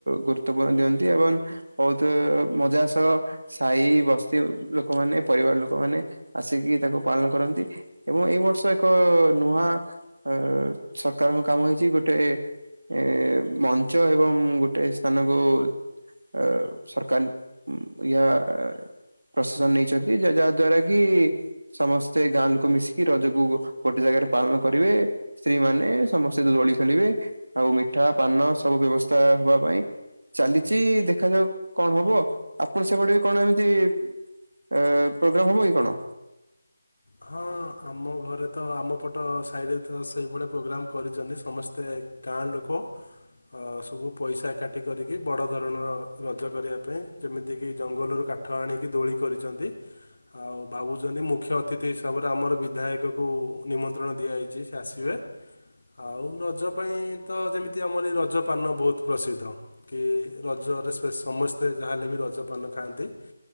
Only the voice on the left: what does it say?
ହଁ ଆମ ଘରେ ତ ଆମ ପଟ ସାହିରେ ତ ସେଇଭଳିଆ ପ୍ରୋଗ୍ରାମ କରିଛନ୍ତି। ସମସ୍ତେ ଗାଁ ଲୋକ ଆ ସବୁ ପଇସା କାଠି କରିକି ବଡ଼ ଧରଣର ରଜ କରିବା ପାଇଁ ଯେମିତିକି ଜଙ୍ଗଲରୁ କାଠ ଆଣିକି ଦୋଳି କରିଛନ୍ତି। <inaudible> ଆଉ ଭାବୁଛନ୍ତି ମୁଖ୍ୟ ଅତି ସ୍ଥିତି ହିସାବରେ ଆମର ବିଧାୟକ ଙ୍କୁ ନିମନ୍ତ୍ରଣ ଦିଆଯାଇଛି। ସେ ଆସିବେ। ଆଉ ରଜ ପାଇଁ ତ ଯେମିତି ଆମର ଏ ରଜପାନ ବହୁତ ପ୍ରସିଦ୍ଧ। କି ରଜରେ ସେ ସମସ୍ତେ ଯାହାହେଲେ ବି ରଜପାନ ଖାଆନ୍ତି।